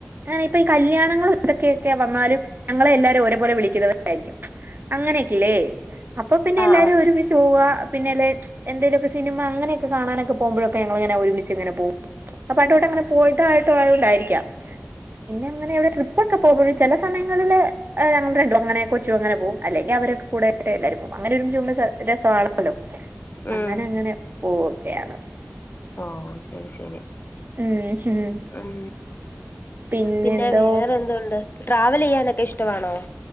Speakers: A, on the right; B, on the left.
A: അങ്ങനെ ഇപ്പ ഈ കല്യാണങ്ങളും അതൊക്കെയൊക്കെ വന്നാലും ഞങ്ങളെ എല്ലാരും ഒരേപോലെ വിളിക്കുന്നവരായിരിക്കും അങ്ങനെയൊക്കല്ലേ അപ്പൊ പിന്നെ
B: ആഹ്
A: എല്ലാരും
B: ആഹ്
A: ഒരുമിച്ച് പോവാ പിനെല്ലേ എന്തേലുക്കെ സിനിമ അങ്ങനൊക്കെ കാണാനൊക്കെ പോകുമ്പോഴ ഞങ്ങളിങ്ങനെ ഒരുമിച്ച് ഇങ്ങനെ പോവും അപ്പൊ അട്ടോട്ട്ങ്ങനെ പോയതായിട്ട് ആഴ ഉണ്ടായിരിക്കാം പിന്നെ അങ്ങനെ ഇവിടെ ട്രിപ്പ് ഒക്കെ പോകും ചില സമയങ്ങളില് അഹ് ഞങ്ങൾ രണ്ടും അങ്ങനെ കൊച്ചും അങ്ങനെ പോവും അല്ലെങ്കി അവരൊക്കകൂടെ എ എല്ലാരും പോവും. അങ്ങനെ ഒരുമിച്ച് ചുമ്മാ രസമാണല്ലോ
B: ഉം
A: അങ്ങനെ അങ്ങനെ പോവൊക്കെയാണ്.
B: ഓ ശരി ശരി.
A: ഉം ഹും
B: ഉം
A: പിന്നെന്തോ
B: പിന്നെ വേറെ എന്തുണ്ട്. ട്രാവലെയ്യാനൊക്കെ ഇഷ്ടമാണോ?